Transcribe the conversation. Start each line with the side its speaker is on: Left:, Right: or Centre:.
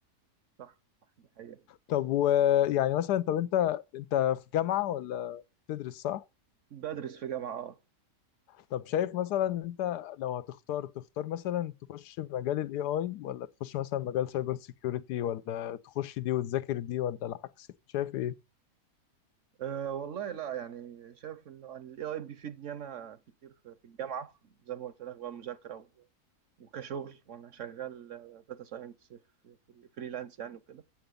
Right: صح صح دي حقيقة
Left: طب ويعني مثلا طب انت انت في جامعة ولا تدرس صح؟
Right: بدرس في جامعة اه
Left: طب شايف مثلا انت لو هتختار تختار مثلا تخش مجال الاي اي ولا تخش مثلا مجال سايبر سيكيورتي ولا تخش دي وتذاكر دي ولا العكس شايف
Right: آه، والله لا يعني شايف انه ال AI بيفيدني انا كتير في في الجامعة زي ما قلت لك بقى مذاكرة و- وكشغل وانا شغال داتا ساينس في فريلانس يعني وكده